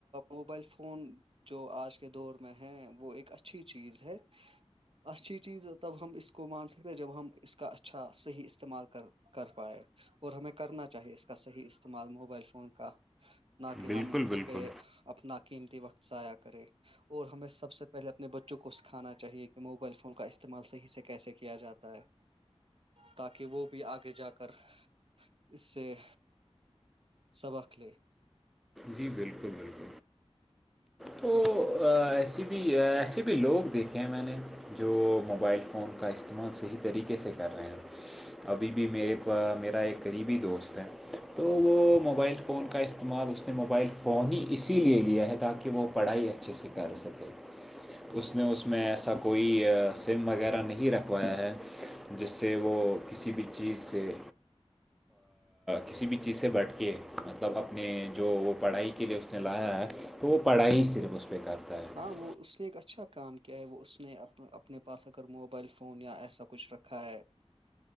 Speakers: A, on the right; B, in the centre.
A: موبائل فون جو آج کے دور میں ہے وہ ایک اچھی چیز ہے اچھی چیز تب ہم اس کو مان سکتے جب ہم اس کا اچھا صحیح استعمال کر پائے اور ہمیں کرنا چاہیے اس کا صحیح استعمال موبائل فون کا نہ کہ
B: بالکل
A: ہم اس
B: بالکل
A: پہ اپنا قیمتی وقت ضائع کریں اور ہمیں سب سے پہلے اپنے بچوں کو سکھانا چاہیے کہ موبائل فون کا استعمال صحیح سے کیسے کیا جاتا ہے ت کہ وہول <unintelligible> آگے جا کر اس سے سبق لے
B: جی بالکل بالکل تو <inaudible> ایس بھی ایسے بھی لوگ دیکھے ہیں میں نے جو موبائل فون کا استعمال صحیح طریقے سے کر رہے ہیں ابھی بھی میرے میرا ایک قریبی دوست ہے تو وہ موبائل فون کا استعمال اس نے موبائل فون ہی اسی لیے لیا ہے تاکہ کہ وہ پڑھائی اچھے سے کر سکے اس نے اس میں ایسا کوئی سم وغیرہ نہیں رکھوایا ہے جس سے وہ کسی بھی چیز سے کسی بھی چیز سے بٹ کے مطلب اپنے جو وہ پڑھائی کے لیے اس نے لایا ہے تو وہ پڑھائی ہی صرف اس پہ کرتا ہے
A: ہاں وہ اس نے ایک اچھا کام کیا ہے وہ اس نے اپنے پاس ا کر موبائل فون یا ایسا کچھ رکھا ہے